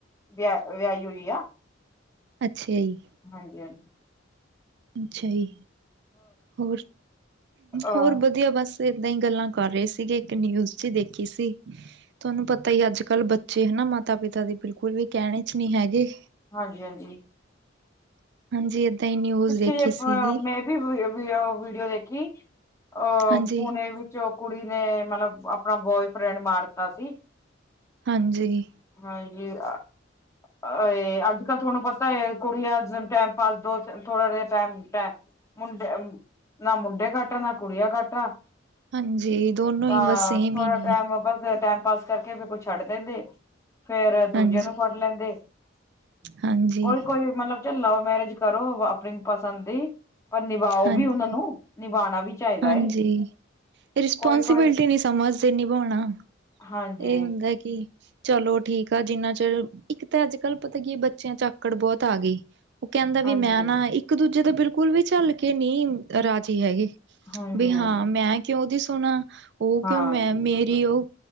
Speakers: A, on the left; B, on the right.
A: ਵਿਆ-ਵਿਆਹੀ ਹੋਈ ਆ।
B: ਅੱਛਿਆ ਜੀ।
A: ਹਾਂਜੀ-ਹਾਂਜੀ।
B: ਅੱਛਾ ਜੀ, ਹੋਰ,
A: ਅ
B: ਹੋਰ ਵਧੀਆ ਬੱਸ। ਏਦਾਂ ਹੀ ਗੱਲਾਂ ਕਰ ਰਹੇ ਸੀਗੇ, ਇੱਕ ਨਿਊਜ਼ ਜੀ ਦੇਖੀ ਸੀ। ਤੁਹਾਨੂੰ ਪਤਾ ਹੀ ਅੱਜ-ਕੱਲ੍ਹ ਬੱਚ ਬੱਚੇ ਹਨਾ ਮਾਤਾ-ਪਿਤਾ ਦੇ ਬਿਲਕੁਲ ਵੀ ਕਹਿਣੇ 'ਚ' ਨਹੀਂ ਹੈਗੇ।
A: ਹਾਂਜੀ-ਹਾਂਜੀ।
B: <inaudible> ਹਾਂਜੀ, ਏਦਾਂ ਹੀ ਨਿਊਜ਼ ਦੇਖੀ
A: 'ਚ'
B: ਸੀਗੀ,
A: ਮੈਂ ਵੀ ਵੀਡੀਓ ਦੇਖੀ ਅ
B: ਹਾਂਜੀ,
A: ਪੁਣੇ ਵੀ 'ਚ' ਕੁੜੀ ਨੇ ਮਤਲਬ ਆਪਣਾ ਬੋਏਫਰੈਂਡ ਮਾਰਤਾ ਸੀ।
B: ਹਾਂਜੀ।
A: <unintelligible> ਜੀ ਆ ਅ ਐਂ ਅੱਜ, ਕੱਲ੍ਹ ਤੁਹਾਨੂੰ ਪਤਾ ਹੈ ਕੁੜੀਆਂ ਟੈਮ ਪਾਸ ਦੋ ਥੋੜਾ ਜਿਹਾ ਟੈਮ ਮੁੰਡੇ, ਨਾ ਮੁੰਡੇ ਘੱਟ ਆ, ਨਾ ਕੁੜੀਆਂ ਘੱਟ ਆ। <inaudible>
B: ਹਾਂਜੀ, ਦੋਨੋਂ
A: ਤਾਂ
B: ਹੀ ਬਸ ਸੇਮ
A: ਥੋੜਾ
B: ਹੀ ਨੇ,
A: ਟਾਈਮ ਬੱਸ ਟਾਈਮ ਪਾਸ ਕਰਕੇ ਫੇਰ ਕੁਈ ਛੱਡ ਦਿੰਦੇ ਫੇਰ,
B: ਹਾਂਜੀ।
A: ਦੂਜੇ ਨੂੰ ਫੜ ਲੈਂਦੇ <inaudible>
B: ਹਾਂਜੀ,
A: ਕੋਈ-ਕੋਈ ਮਤਲਬ ਲਵ-ਮੈਰਿਜ ਕਰੋ ਆਪਣੀ ਪਸੰਦ ਦੀ, ਪਰ ਨਿਭਾਓ
B: ਹਾਂਜੀ,
A: ਵੀ ਉਹਨਾਂ ਨੂੰ ਨਿਭਾਣਾ ਵੀ ਚਾਹੀਦਾ
B: ਹਾਂਜੀ,
A: ਹੈ
B: ਰਿਸਪੋਂਸੀਬਿਲਿਟੀ
A: ਕੋਈ ਕੋਈ
B: ਨਹੀਂ ਸਮਝਦੇ, ਨਿਭਾਉਣਾ।
A: ਹਾਂਜੀ
B: ਇਹ ਹੁੰਦਾ ਕੀ ਚਲੋ ਠੀਕ ਆ, ਜਿੰਨਾ ਚਿਰ ਇੱਕ ਤਾਂ ਅੱਜ-ਕੱਲ ਪਤਾ ਕੀ ਬੱਚਿਆਂ ਚੱਕ ਆਕੜ ਬਹੁਤ ਆ ਗਈ ਉਹ ਕਹਿੰਦਾ ਵੀ
A: ਹਾਂਜੀ
B: ਮੈਂ ਨਾ ਇੱਕ ਇੱਕ ਦੂਜੇ ਦੇ ਬਿਲਕੁਲ ਵੀ ਝੱਲ ਕੇ ਨਹੀਂ, ਰਾਜੀ ਹੈਗੀ ਵੀ
A: ਹਾਂਜੀ
B: ਵੀ ਹਾਂ
A: ਹਾਂਜੀ
B: ਮੈਂ ਕਿਉਂ ਉਦੀ ਸੁਣਾ, ਉਹ
A: ਹਾਂਜੀ
B: ਕਿਉਂ ਮੈਂ ਮੇਰੀ ਉਹ